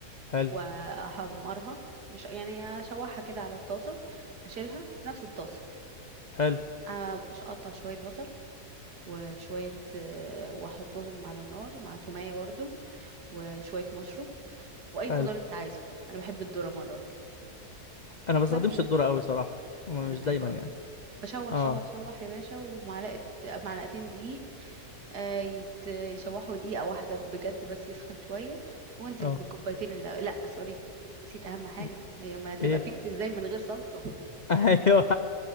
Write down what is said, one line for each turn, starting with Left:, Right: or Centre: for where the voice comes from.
Left: حلو
Right: واحمرها مش يعني اشوحها كده على الطاسه اشيلها في نفس الطاسه
Left: حلو
Right: أبقاش اقطع شويه بصل وشويه آه، واحطهم على النار مع توميه برضو وشويه مشروم واي
Left: حلو
Right: خضار انت عايزه انا بحب الذره مرات
Left: انا ما بستخدمش
Right: بس
Left: الذرة قوي صراحة ما-
Right: انا
Left: مش
Right: بحبه
Left: دايما
Right: قوي
Left: يعني
Right: بشوح
Left: اه
Right: شوح شوح يا باشا ومعلقه معلقتين دقيق آه، يت- يشوحوا دقيقة واحدة بجد بس يسخن شوية وانزل
Left: اه
Right: بكوبايتين لا, لا سوري نسيت أهم حاجة
Left: مش-
Right: هي أمال هتبقى
Left: ايه
Right: بينك ازاي من غير صلصة
Left: <laughs> ايوه